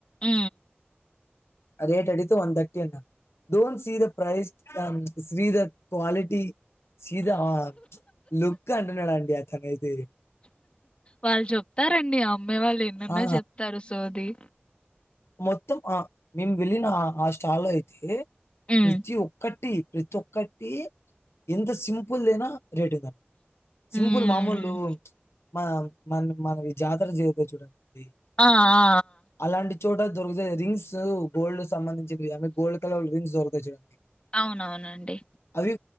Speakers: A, on the left; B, on the left.
A: మ్
B: రేట్ అడితే వన్థర్టీ అన్నారు don't see the price comes జిథర్ క్వాలిటీ సీదా లుక్ అంటన్నాడండి అతనైతే
A: వాళ్ళు చెప్తారండి అమ్మేవాళ్ళు ఎనైన
B: ఆ!
A: చెప్తారు సోది
B: మొత్తం ఆ మేము వెళ్ళిన ఆ స్టాల్లో అయితే
A: హ్మ్
B: ప్రతి ఒక్కటి ప్రతొక్కటి ఎంత సింపుల్దేనా రేటే దన్
A: హ్మ్
B: సింపుల్ మామూలూ మ మన మనవి జాతర జరిగితది చూడండి
A: ఆ ఆ
B: అలాంటి చోట దొరుకుతాయి రింగ్స్ గోల్డ్ సంబంధించినవి గోల్డ్ కలర్ రింగ్స్ దొరుకుతాయి చూడండి
A: ఆ అవునవునండి
B: అవి